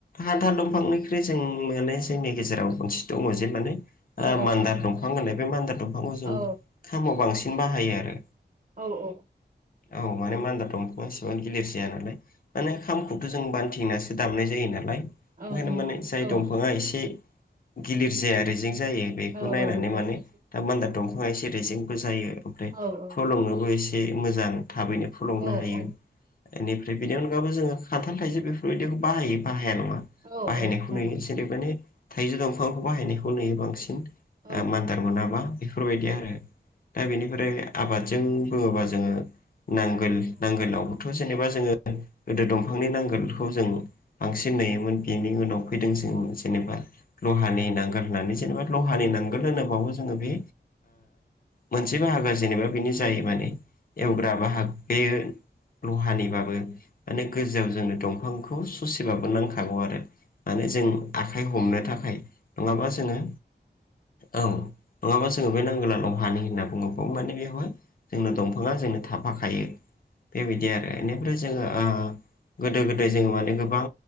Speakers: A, on the left; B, on the right.
A: हान्थाल दंफांनिख्रुइ जों माने जोंनि गेजेराव खनसे दङ जे माने
B: औ
A: मान्दार दंफां दंफां मानदार बे मानदार दंफांखौ जों
B: औ ओं
A: खामाव बांसिन बाहायो आरो
B: औ औ
A: औ माने मान्दार दंफआ एसेबां गिलिर जाया नालाय माने खामखौथ' जों बान्थिंनासग दामनाय जायो नालाय ओंखायनो
B: ओं
A: माने जाय
B: औ
A: दंफाङा एसे गिलिर जाया आरो जेंं जायो बेखौ
B: औ
A: नायनानै
B: औ रेजेंसो
A: माने दा मान्दार दंफाङा एसे रेजेंग जायो ओमफ्राय
B: औ औ
A: फलंनोबो एसे मोजां थाबैनो फ खुलुंनो
B: औ
A: हायो
B: औ
A: बेनिफ्राय बेनि अनगाबबो जोङो खान्थाल थाइज बेफोरबायदिखौ बाहायो बाहाया नङा
B: औ
A: बाहायनायखौ
B: औ औ औ
A: नुयो
B: औ
A: जेरै माने थाइजौ दंफांखौ बाहायनायखौ नुयो बांसिन
B: औ
A: मान आद मोना बेफोरबायदि आरो दा बेनिफ्राय आबाद जों बुङोबा जोङो नांगोल नांगोलाव थ' जेनेबा जोङो गोदो दंफांनि नांगोलखौ जों बांसिन नुयोमोन बेनि उनाव सफैदों जों जेनेबा लहानि नांगोल होननानै जेनेबा लहानि नांगोल होनोबावो जोङो बे मोनसे ज हागा जेनेबा बेनो जायो माने एवग्रा बा हाग बे लहानिबाबो माने गोजौआव जोंनो दंफांखौ ससेबाबो नांखागौ आरो माने जों आखाइ हमनो थाखाय नङाबा जोङो औ नङाबा जोङो बे नांगौलालं हानि होनना बुङोबाव माने बेवहाय जोंनो दंफां गोबां जोंनो थाफाखायो बेबायदि आरो बेनिफ्राय जोङो ओ गोदो गोदाय जों माने गोबां